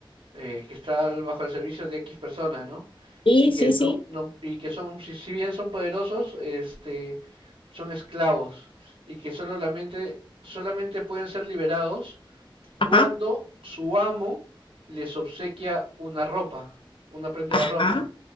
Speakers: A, on the right (about 75°); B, on the left (about 70°).
A: eh, que está bajo el servicio de X personas, ¿no?
B: Sí,
A: Y que
B: sí,
A: no,
B: sí.
A: no, y que son, si, si bien son poderosos, este, son esclavos y que solamente, solamente pueden ser liberados
B: Ajá,
A: cuando su amo les obsequia una ropa, una prenda
B: ajá,
A: de ropa.